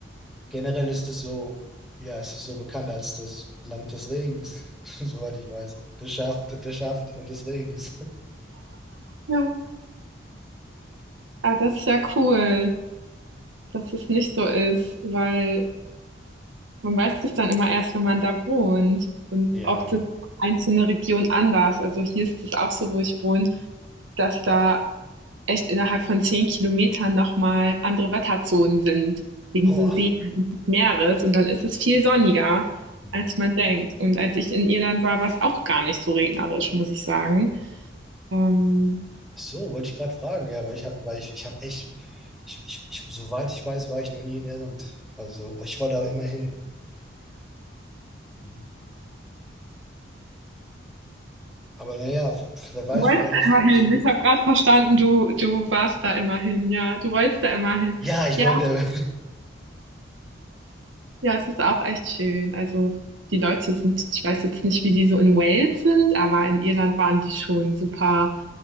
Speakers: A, in the centre; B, on the right.
A: generell ist es so, ja, es ist so bekannt als das Land des Regens, <laughs> soweit ich weiß. Des Schafen, des Schafen und des Regens.
B: Ja. Ah, das ist ja cool, dass es nicht so ist, weil Man weiß das dann immer erst, wenn man da wohnt. Und
A: Ja.
B: oft sind auch einzelne Regionen anders. Also hier ist es auch so, wo ich wohne, dass da echt innerhalb von zehn Kilometern nochmal andere Wetterzonen sind, wegen
A: Boah.
B: so See und Meeres. Und dann ist es viel sonniger,
A: Hm.
B: als man denkt. Und als ich in Irland war, war es auch gar nicht so regnerisch, muss ich sagen. Ähm,
A: Ach so, wollte ich gerade fragen, ja, weil ich habe, weil ich, ich habe echt, ich, ich, ich, soweit ich weiß, war ich noch nie in Irland. Also, ich wollte aber immer hin. Mhm. Aber naja, wer weiß,
B: du wolltest
A: woran
B: da
A: das
B: immer
A: liegt.
B: hin. Ich habe gerade verstanden, du, du warst da immer hin. Ja, du wolltest da immer hin.
A: Ja, ich
B: Ja,
A: wollte,
B: Ja, es ist auch echt schön. Also, die Leute sind ich weiß jetzt nicht, wie die so in Wales sind, aber in Irland waren die schon super